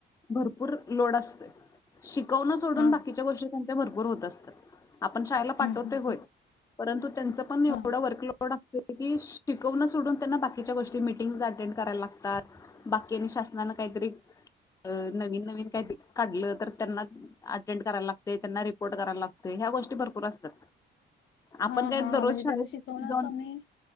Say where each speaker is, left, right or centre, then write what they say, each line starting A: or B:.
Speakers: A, on the left; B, on the left.
A: भरपूर लोड असतोय शिक कौन सोडून
B: हा
A: बाकीच्या गोष्टी त्यांना त्या भरपूर होत असतात आपण शाळेला पाठवतोय
B: हा हा
A: होय परंतु त्यांच पण एवढ
B: हा.
A: वर्कलोड अस शिकवण सोडून त्यांना बाकी बाकीच्या गोष्टी मीटिंग अटेंड कराय लागतात बाकी आणि शासनान काहीतरी नवीन नवीन काहीतरी काढल तर त्यांना अटेंड करायला लागते त्यांना रिपोर्ट करायला लागत ह्या गोष्टी भरपूर असतात
B: हा
A: आपण काय
B: हा
A: दररोज
B: म्हणजे
A: शाळेत
B: त्याच शिकवण
A: जाऊन
B: कमी